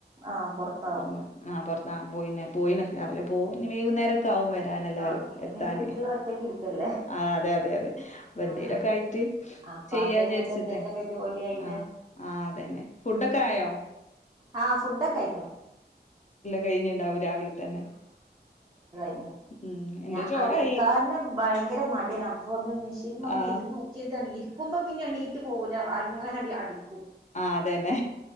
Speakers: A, on the right; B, on the left.
A: ആഹ് പൊറത്താവും
B: അപ്പൊ ആ പൊർ ആ പോയിന്നേ പോയിണ് രാവിലെ പോവും ഇഞ് വൈകുന്നേരം ക്കാവും വെരാൻ എല്ലാരും
A: ആഹ് പിന്നെ
B: എത്താന്
A: പിന്നെ വീട്ടിൽ ഒറ്റക്ക് ഇരിക്കല്ലേ
B: ആ അതെ അതെ അതെ അപ്പ എന്തേലൊക്കെ
A: ആഹ്
B: ആയിട്ട്
A: ആഹ്
B: ചെയ്യാ
A: പാർട്ട് ടൈം
B: വിചാര്ച്ചിട്ടെ
A: ആയിട്ട് എന്തെങ്കിലുമൊക്കെ ജോലി ആയിട്ട്
B: ആ ആ അതെന്നെ ഫുഡൊക്കെ ആയോ
A: ആ ഫുഡൊക്കെ അയിക്ക്ണ്
B: കെഴിഞ്ഞ്ണ്ടാവും രാവിൽ തന്നെ
A: <unintelligible>
B: ഉം എന്റെ
A: ഞ
B: ചോറായി
A: അടിക്കാന് ഭയങ്കര മടിയാണ് അപ്പൊ ഒന്ന് മിഷീൻമ്മെ ഒന്ന്
B: ആ
A: ഇര്ന്നോക്കിയെതാ ക്കാണ് ഇര്ക്കുമ്പോ പിന്നെ എണീ <unintelligible> പോവൂല അങ്ങനെ അടി അടിക്
B: ആഹ് അതന്നെ